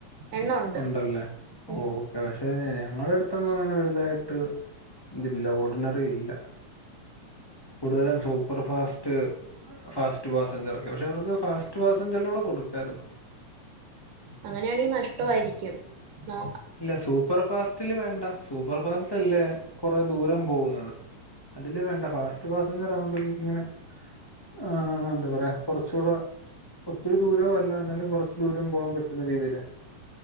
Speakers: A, on the right; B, on the left.
A: എണ്ണോണ്ട്
B: ഉണ്ടല്ലേ
A: ഉം.
B: ഓക്കെ പക്ഷെ ഞങ്ങളുടെ അടുത്ത് ഒന്നും അങ്ങനെ വലുതായിട്ട് ഇതില്ല ഓർഡിനറി ഇല്ല. കൂടുതലും സൂപ്പർ ഫാസ്റ്റ് ഫാസ്റ്റ് പാസഞ്ചർക്കെ പക്ഷെ അവർക്ക് ഫാസ്റ്റ് പാസഞ്ചറിലൂടെ കൊടുക്കാരുന്നു.
A: അങ്ങനെയാണെങ്കിൽ നഷ്ട്ടോ ആയിരിക്കും നോ
B: ഇല്ല സൂപ്പർ ഫാസ്റ്റില് വേണ്ട സൂപ്പർ ഫാസ്റ്റ് അല്ലേ കുറെ ദൂരം പോകുന്നത്. അതില് വേണ്ട ഫാസ്റ്റ് പാസഞ്ചർ ആവുമ്പോ ഇങ്ങനെ ആ എന്താ പറയാ കുറച്ചൂടെ ഒത്തിരി ദൂരവും അല്ല എന്നാലും കൊറച്ച് ദൂരം പോവാൻ പറ്റുന്ന രീതീല്.